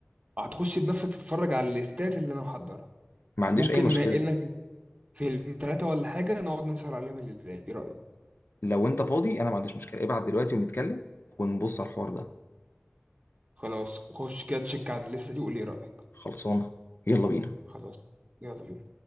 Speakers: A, on the right; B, on the left.
A: هتخش بنفسك تتفرج على الليستات اللي انا محضرها
B: ما عنديش
A: وممكن
B: اي مشكله
A: ننقلنا فيلم ثلاثه ولا حاجه نقعد نسهر عليهم الليل ايه رايك
B: لو انت فاضي انا ما عنديش مشكله ابعت دلوقتي ونتكلم ونبص على الحوار ده
A: خلاص خش كده تشيك عن الليسته دي وقول لي ايه رايك
B: خلصانه يلا بينا
A: خلاص يلا بينا